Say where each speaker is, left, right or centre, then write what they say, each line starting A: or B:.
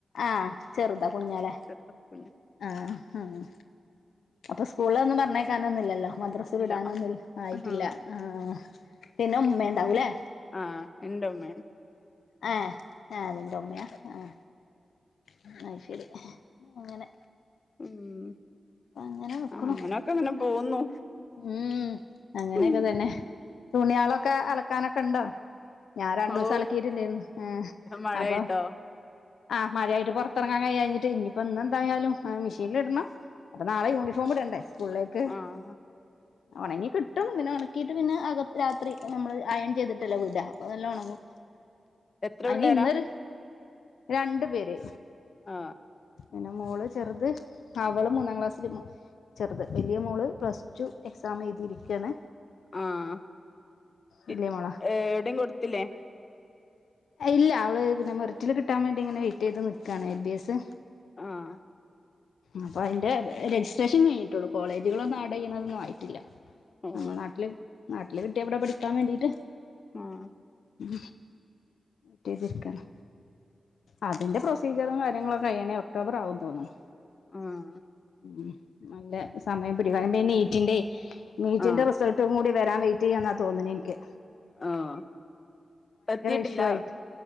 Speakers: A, on the left; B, on the left.
A: ആഹ് ചെറുതാ കുഞ്ഞാ ലെ
B: ചെറുതാ കുഞ്ഞ്
A: ആഹ് ആഹ് അപ്പോ സ്കൂളിലൊന്നും പർഞ്ഞേക്കാനൊന്നുല്ലല്ലോ മദ്രസ്
B: ഇല്ല
A: വിടാനൊന്നും ആയിട്ടില്ല.
B: ആഹ്
A: ആഹ് പിന്നെ ഉമ്മെണ്ടാവും ലെ
B: ആഹ് എന്റെ ഉമ്മേ
A: ഏഹ് ഏ നിന്റൊമ്മയാ ആ അഹ് ശരി അങ്ങനെ
B: ഉം
A: അങ്ങനെ നിക്കണു
B: ആഹ് അങ്ങനൊക്കങ്ങന പോവുന്നു
A: ഉം അങ്ങനെയൊക്കെ
B: ഉം
A: തന്നെ തുണിയാളൊക്കെ അലക്കാനൊക്കെണ്ടോ ഞാ രണ്ടൂസം
B: ഓ
A: അലക്കീട്ടില്ലേന്നു, ഏഹ്
B: മഴയായിട്ടോ
A: അപ്പം ആഹ് മഴയായിട്ട് പൊറത്തറങ്ങാൻ കയ്യാഞ്ഞിട്ട് ഇനിയിപ്പം ഇന്നെന്തായാലും ഏഹ് മിഷീൻല്ടണം അപ്പോ നാളെ യൂണിഫോമ്ടണ്ടെ സ്കൂൾലേക്ക്
B: ആഹ്
A: ഒണങ്ങി കിട്ടും പിന്നെ ഒണക്കിയിട്ട് പിന്നെ അക രാത്രി നമ്മള് അയൻ ചെയ്തിട്ടല്ലോ വിട അപ്പോ നല്ല ഒണങ്ങും
B: എത്ര
A: അയ്ന്
B: പിള്ളേരാ
A: ഇന്നൊരു രണ്ട് പേര്
B: ആ
A: പിന്നെ മോള് ചെറുത് അവള് മൂന്നാം ക്ലാസ്സില് ചെർത്, വല്യ മോള് പ്ലസ് റ്റു എക്സാം എഴുതിയിരിക്കാണ്
B: ആഹ് പി
A: വലിയ മോളാ
B: ഏട്യും കൊട്ത്തിലേ
A: ഇല്ല അവള് പിന്നെ മെറിറ്റിൽ കിട്ടാൻ വേണ്ടി ഇങ്ങനെ വെയിറ്റ് ചെയ്ത് നിൽക്കാണ് എൽ ബി എസ്
B: ആഹ്
A: അപ്പൊ അയ്ന്റെ രജിസ്ട്രേഷൻ കഴിഞ്ഞിട്ടൊള്ളൂ കോളേജുകളൊന്നും ആഡ് ചെയ്യണതൊന്നും ആയിട്ടില്ല
B: ഓ
A: നമ്മള നാട്ടില് നാട്ടില് കിട്ടിയ വടെ പഠിക്കാൻ വേണ്ടീട്ട്
B: ആഹ്
A: ഉം റ്റയ്തിരിക്കാണ് അതിന്റെ പ്രൊസീജറും കാര്യങ്ങളൊക്കെയ്യണേ ഒക്ടോബറാകും തോന്ന്ണ്
B: ആഹ്
A: ഉം നല്ല സമയം പിടിക്കും അയ്നിപ്പോ ഈ നീറ്റിന്റെയ് നീറ്റിന്റെ
B: ആ
A: റിസൾട്ടും കൂടി വരാൻ വൈ റ്റെയ്യാന്നാ തോന്ന്ണെ ഇൻക്ക്
B: ആഹ് പ്പെത്തിയിട്ടില്ല
A: ഇഷ്യൂ ആയിട്ട്